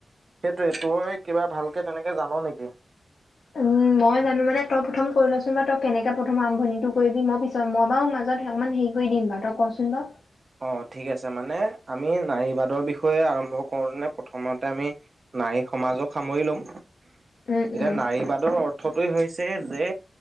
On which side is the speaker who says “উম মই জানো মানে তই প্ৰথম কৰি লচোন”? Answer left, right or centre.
Left